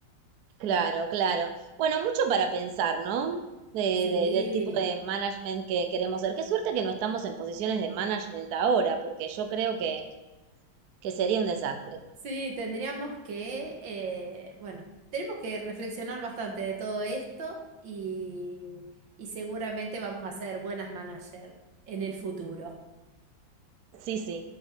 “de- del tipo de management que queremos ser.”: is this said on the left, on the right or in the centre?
Right